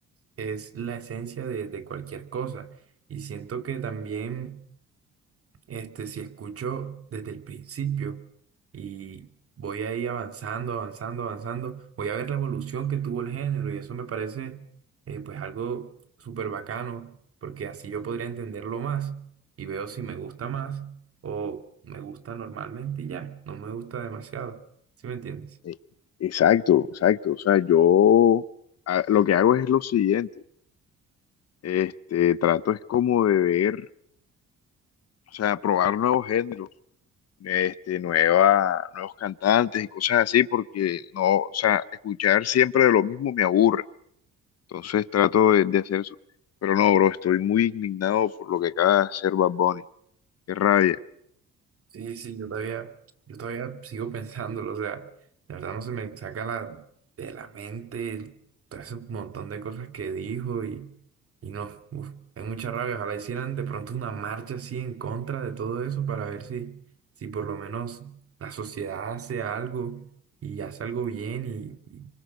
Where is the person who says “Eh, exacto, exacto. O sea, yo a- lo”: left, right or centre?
Left